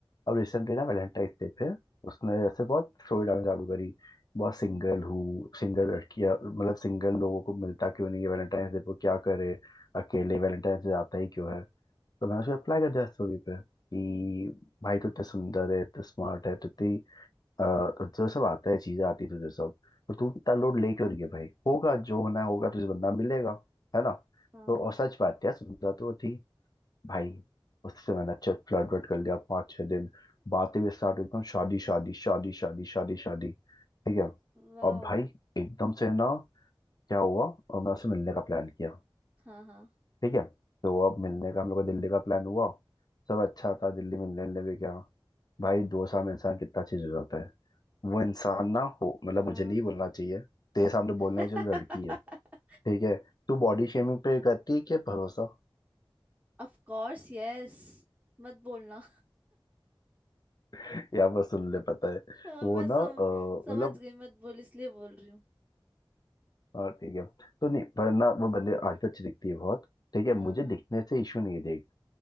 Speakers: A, on the left; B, on the right.
A: अब रिसेंटली ना वैलेंटाइन डे पे उसने ऐसे बहुत स्टोरी डालना चालू करी बहुत सिंगल हूँ सिंगल लड़कियाँ मतलब सिंगल लोगों को मिलता क्यों नहीं है वैलेंटाइन डे पर क्या करे अकेले वैलेंटाइन डे आता ही क्यों है तो मैंने उसे अप्लाई कर दिया स्टोरी पे कि
B: हम्म,
A: भाई तू इतने सुंदर है इतने स्मार्ट है तो इतनी अ, तुझे सब आता है चीजें आती है तुझे सब तो तू इतना लोड ले क्यों रही है भाई होगा जो होना होगा तुझे बंदा मिलेगा है ना
B: हाँ
A: तो
B: हाँ
A: और सच बात है सुंदर तो वो थी भाई उससे मैंने अच्छे फ्लर्ट वर्ट कर लिया पाँच छह दिन बातें भी स्टार्ट एकदम शादी शादी शादी शादी शादी शादी ठीक है
B: वाओ
A: और भाई एकदम से ना क्या हुआ और मैं उससे मिलने का प्लान किया
B: हाँ हाँ
A: ठीक है तो अब मिलने का हम लोग का दिल्ली का प्लान हुआ सब अच्छा था दिल्ली मिलने मिलने भी क्या भाई दो साल में इंसान कितना चीज हो जाता है वो इंसान ना हो मतलब
B: हाँ
A: मुझे नहीं बोलना चाहिए तेरे सामने
B: <laughs>
A: बोलना चाहिए जो लड़की है ठीक है तू बॉडी शेमिंग पे करती है क्या भरोसा
B: Of course yes मत बोलना
A: <laughs> यहाँ पर सुन ले पता है
B: हाँ
A: वो
B: मैं सम,
A: ना अ,
B: समझ
A: मतलब
B: गई मत बोल इसलिए बोल रही हूँ
A: और ठीक है तो नहीं वरना वो बंदे आजकल अच्छी दिखती है बहुत ठीक है मुझे
B: हाँ हाँ
A: दिखने से इशू नहीं है देख